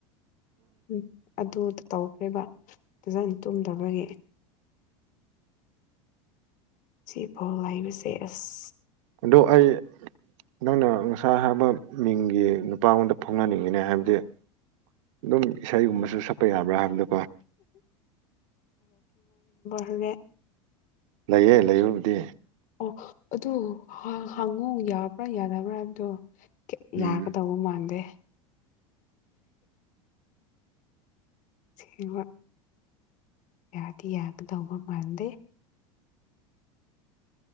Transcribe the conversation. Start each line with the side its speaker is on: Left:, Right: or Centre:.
Left: ꯎꯝ ꯑꯗꯨ ꯇꯧꯈ꯭ꯔꯦꯕ ꯐꯖꯅ ꯇꯨꯝꯗꯕꯒꯤ ꯁꯤ ꯐꯥꯎ ꯂꯥꯛꯏꯕꯁꯦ ꯑꯁ
Right: ꯑꯗꯣ ꯑꯩ ꯅꯪꯅ ꯑꯁꯥ ꯍꯥꯏꯕ ꯃꯤꯡꯒꯤ ꯅꯨꯄꯥꯉꯣꯟꯗ ꯐꯥꯎꯍꯟꯅꯤꯡꯉꯤꯅꯦ ꯍꯥꯏꯕꯗꯤ ꯑꯗꯨꯝ ꯏꯁꯩꯒꯨꯝꯕꯁꯨ ꯁꯛꯄ ꯌꯥꯕ꯭ꯔꯥ ꯍꯥꯏꯥꯟꯕꯗ
Left: ꯑꯗꯨꯋꯦ
Right: ꯂꯩꯌꯦ ꯂꯩꯔꯨꯕꯨꯗꯤ
Left: ꯑꯣ ꯑꯗꯨ ꯍꯥꯡꯉꯨ ꯌꯥꯕ꯭ꯔꯥ ꯌꯥꯗꯕ꯭ꯔꯥꯕꯗꯣ
Right: ꯎꯝ
Left: ꯌꯥꯒꯗꯧꯕ ꯃꯥꯟꯗꯦ ꯁꯤ ꯌꯥꯒꯤ ꯌꯥꯒꯗꯕ ꯃꯔꯗꯦ